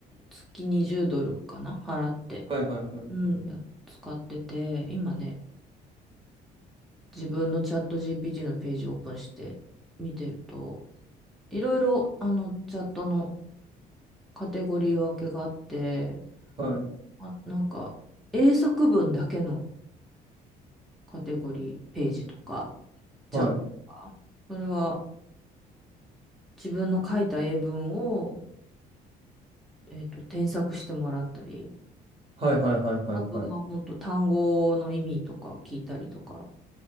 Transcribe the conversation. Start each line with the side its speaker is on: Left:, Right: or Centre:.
Centre: 月20ドルかな払って。
Right: はいはいはい
Centre: うん、や使ってて、今ね、自分のチャット GPT のページをオープンして見てると、いろいろ、あの、チャットのカテゴリー分けがあって、
Right: はい
Centre: あ、なんか、英作文だけのカテゴリー、ページとか、チャットとか、
Right: はい
Centre: それは自分の書いた英文を、えっと、添削してもらったり、
Right: はいはいはいはいはい
Centre: あと、まあ、本当と単語の意味とか聞いたりとか、